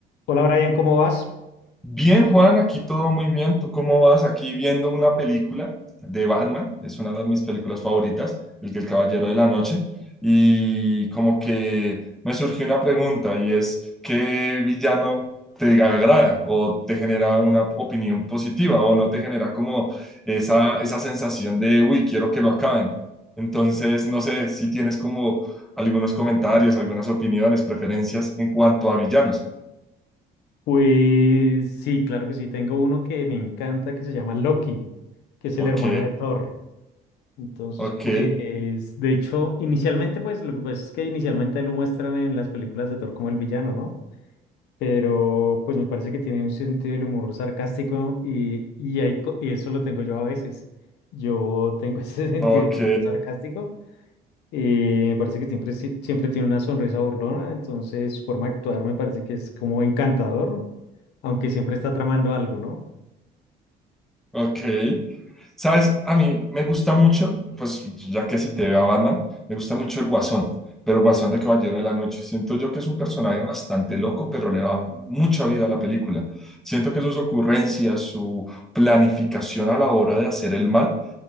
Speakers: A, on the left (about 80°); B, in the centre.
A: Hola Brian, ¿cómo vas?
B: Bien, Juan, aquí todo muy bien. ¿Tú cómo vas? Aquí viendo una película de Batman, es una de mis películas favoritas, el que El Caballero de la Noche, y como que me surgió una pregunta y es, ¿qué villano te agrada o te genera una opinión positiva o no te genera como esa, esa sensación de, uy, quiero que lo acaben? Entonces, no sé si tienes como algunos comentarios, algunas opiniones, preferencias en cuanto a villanos.
A: Pues sí, claro que sí. Tengo uno que me encanta que se llama Loki, que es el
B: Ok,
A: hermano de Thor. Entonces,
B: ok.
A: pues, de hecho, inicialmente, pues, lo que pasa es que inicialmente lo muestran en las películas de Thor como el villano, ¿no? Pero, pues, me parece que tiene un sentido del humor sarcástico y, y, hay co- y eso lo tengo yo a veces. Yo tengo <laughs> ese sentido
B: Ok,
A: del humor sarcástico Y me parece que siempre, si- siempre tiene una sonrisa burlona, entonces su forma de actuar me parece que es como encantador, aunque siempre está tramando algo, ¿no?
B: ok. Sabes, a mí me gusta mucho, pues ya que si te veo a Batman, me gusta mucho el Guasón, pero el Guasón de Caballero de la Noche. Siento yo que es un personaje bastante loco, pero le da mucha vida a la película. Siento que sus ocurrencias, su planificación a la hora de hacer el mal,